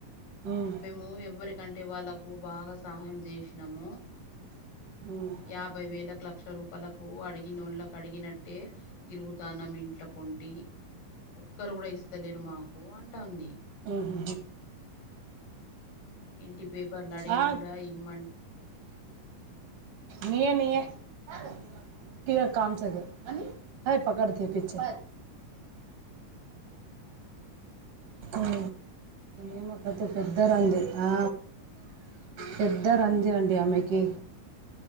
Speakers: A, on the right (about 70°); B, on the left (about 85°).
A: ఉమ్
B: మేము ఎవరికంటే వాళ్ళ బాగా సహాయం చేసినాము
A: ఉమ్
B: యాభై వేలకు లక్ష రూపాయలు ఓ అడిగినోళ్ళకి అడిగినట్టే తిరుగుతానం ఇంట పొంటి ఒక్కరు కూడా ఇస్తలేరు మాకు అంటా ఉంది
A: ఊహు
B: ఇంటి పేపర్లు అడివి
A: ఆ
B: కూడా ఇమ్మం
A: నియే నియే <unintelligible> పకడతే పచ్చే ఆ ఏ మ అతే
B: పొట్టిది
A: పెద్ద
B: వచ్చిందా
A: రంది ఆ పెద్ద రంది అండి ఆమెకి